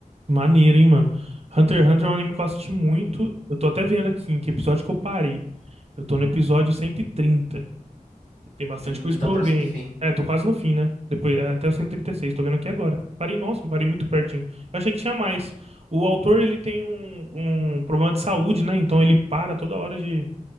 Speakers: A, on the right; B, on the left.
A: Maneiro, hein, mano? Hunter x Hunter é um anime que eu assisti muito. Eu tô até vendo aqui em que episódio que eu parei. Eu tô no episódio 130. Tem bastante
B: Hum,
A: coisa
B: tu tá
A: pra
B: próximo
A: eu ver ainda.
B: do fim.
A: É, tô quase no fim, né? Depois, é, até o cento e e trinta e seis tô vendo aqui agora. Parei, nossa, parei muito pertinho. Eu achei que tinha mais. O autor, ele tem um, um problema de saúde, né? Então ele para toda hora de...